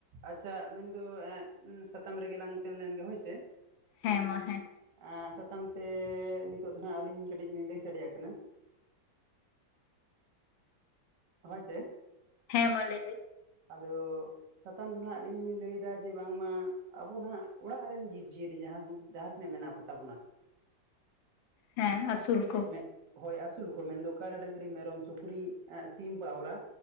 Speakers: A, on the right (about 70°); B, on the left (about 90°).
A: ᱟᱪᱪᱷᱟ ᱢᱮᱱᱫᱚ ᱥᱟᱛᱟᱢ ᱨᱮᱜᱮ ᱞᱟᱝ ᱥᱮᱱ ᱞᱮᱱ ᱜᱮ ᱦᱳᱭ ᱥᱮ᱾
B: ᱦᱮᱸ ᱢᱟ ᱦᱮᱸ,
A: ᱟ ᱥᱟᱛᱟᱢ ᱛᱮ ᱱᱤᱛᱚᱜ ᱫᱚ ᱱᱟᱦᱜ ᱟᱹᱞᱤᱧ ᱠᱟᱹᱴᱤᱡ ᱞᱤᱧ ᱞᱟᱹᱭ ᱥᱟᱰᱮᱭᱟᱜ ᱠᱟᱱᱟ᱾ ᱦᱳᱭ ᱥᱮ,
B: ᱦᱮᱸ ᱢᱟ ᱞᱟᱹᱭ ᱵᱤᱱ?
A: ᱟᱫᱚ ᱥᱟᱛᱟᱢ ᱫᱚ ᱱᱟᱦᱜ ᱞᱤᱧ ᱞᱟᱹᱭᱫᱟ ᱡᱮ ᱵᱟᱝᱢᱟ ᱟᱵᱚ ᱱᱟᱦᱟᱸᱜ ᱚᱲᱟᱜ ᱨᱮᱱ ᱡᱤᱵᱽ-ᱡᱤᱭᱟᱹᱞᱤ ᱡᱟᱦᱟᱸ <unintelligible> ᱡᱟᱦᱟᱸ ᱛᱤᱱᱟᱹᱜ ᱢᱮᱱᱟᱜ ᱠᱚᱛᱟ ᱵᱚᱱᱟ?
B: ᱦᱮᱸ ᱟᱹᱥᱩᱞ ᱠᱚ,
A: ᱢᱮᱫ ᱦᱳᱭ ᱟᱹᱥᱩᱞ ᱠᱚ ᱢᱮᱱᱫᱚ ᱠᱟᱰᱟ, ᱰᱟᱹᱝᱨᱤ, ᱢᱮᱨᱚᱢ, ᱥᱩᱠᱨᱤ, ᱥᱤᱢ, ᱯᱟᱣᱨᱟ,